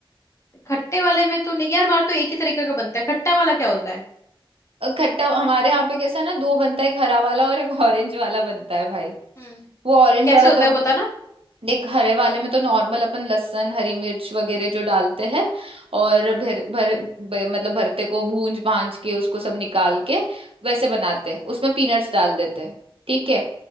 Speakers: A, on the left; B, on the right.
A: खट्टे वाले में तो नहीं यार हमारा तो एक ही तरीके का बनता है खट्टा वाला क्या होता है
B: अ, खट्टा हमारे यहाँ पे कैसा है ना दो बनता है एक हरा वाला और एक ऑरेंज वाला बनता है भाई
A: हम्म
B: वो ऑरेंज
A: कैसे
B: वाला
A: होता
B: तो
A: है वो बताना
B: देख हरे वाले में तो नॉर्मल अपन लहसुन हरी मिर्च वगैरह जो डालते हैं और भर भर ब- मतलब भरते को भूंज भांज के उसको सब निकाल के वैसे बनाते हैं उसमें पीनट्स डाल देते हैं ठीक है